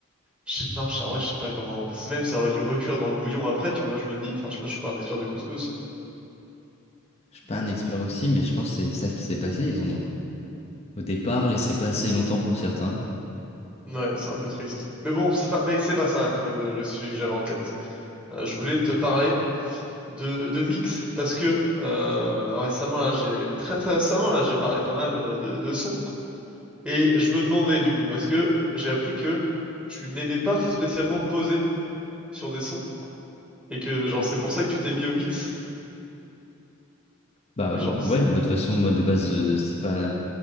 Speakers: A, in the centre; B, on the left (about 30°).
A: je- non, je, en vrai, je sais pas comment, parce que même ça aurait dû recuire dans le bouillon après, tu vois, je me dis, enfin, je sais pas, je suis pas un expert du couscous,
B: suis pas
A: mais
B: un expert aussi, mais je pense que c'est ça qui s'est passé. Ils ont, au départ, laissé pas assez longtemps pour certains.
A: ouais, c'est un peu triste. Mais bon, c'est pas, mec, c'est pas ça, le, le sujet que j'avais en tête. Euh, je voulais te parler de, de mix parce que euh, récemment là j'ai très très récemment là j'ai parlé pas mal de, de, de sons et je me demandais du coup parce que j'ai appris que tu n'aimais pas spécialement poser sur des sons et que genre c'est pour ça que tu t'es mis au mix
B: Bah
A: et genre
B: euh, ouais,
A: c-
B: bah, de toute façon, moi, de base, euh, c'est pas...